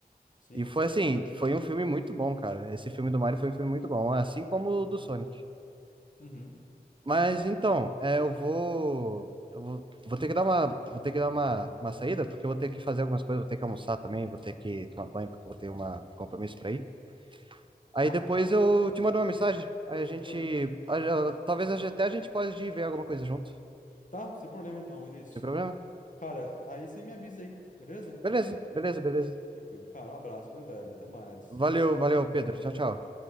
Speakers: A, on the left (about 55°); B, on the right (about 30°).
A: sim,
B: E
A: com
B: foi
A: certeza.
B: assim, foi um filme muito bom, cara. Esse filme do Mario foi um filme muito bom, assim como o do Sonic.
A: Uhum.
B: Mas então, é, eu vou, eu vou, vou ter que dar uma, vou ter que dar uma, uma saída, porque eu vou ter que fazer algumas coisas, vou ter que almoçar também, vou ter que tomar banho, porque eu vou ter um compromisso para ir. Aí
A: Tá?
B: depois eu
A: Não, beleza.
B: te mando uma mensagem.
A: Não,
B: Aí a
A: sem
B: gente.
A: problema.
B: a- a- talvez a- até a gente pode ir ver alguma coisa junto.
A: Tá, sem problema então, Vinícius.
B: Sem problema?
A: Cara, aí você me avisa aí, beleza?
B: Beleza, beleza, beleza.
A: Tranquilo. Cara, um abraço, viu, velho? Até mais.
B: Valeu, valeu, Pedro. Tchau, tchau.